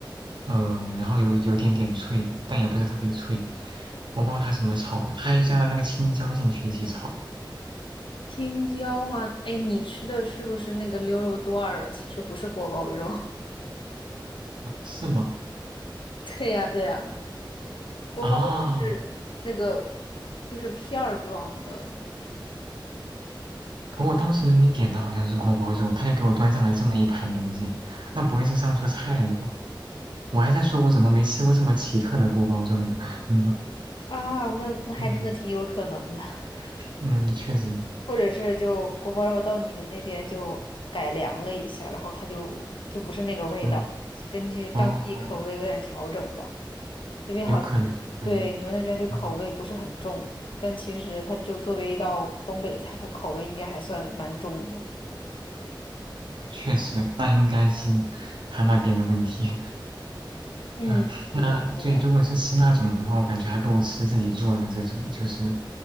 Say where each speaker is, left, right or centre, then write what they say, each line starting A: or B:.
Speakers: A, on the right; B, on the left.
A: 呃，然后有有点点脆，但也不是特别脆，我不知道它怎么炒的，它还加了那个青椒进去一起炒。
B: 青椒吗？哎，你吃的是不是那个溜肉段儿啊？其实不是锅包肉。
A: 是吗？
B: <laughs> 对呀，对呀，锅包肉是那个
A: 啊，
B: 就是片儿装的
A: 可我当时明明点的好像是锅包肉，他就给我端上来这么一盘东西，那不会是上错菜了吧？我还在说我怎么没吃过这么奇特的锅包肉呢。<laughs> 嗯
B: 啊，那那还真的挺有可能的，
A: 嗯
B: <laughs>
A: 嗯，确实，
B: 或者是就锅包肉到你们那边就改良了一下，然后它就就不是那个味道了，
A: 嗯，
B: 根据当地口味有点调整吧，
A: 哦，
B: 因为好像对你们那边就口味不是很重，
A: 有可能，有可能，嗯，
B: 但其实它就作为一道东北菜，它口味应该还算蛮重的。
A: 确实，那应该是他那边的问题。
B: 嗯，
A: 啊，那对，
B: 是的，是的。
A: 如果是吃那种的话，我感觉还不如吃自己做的这种，就是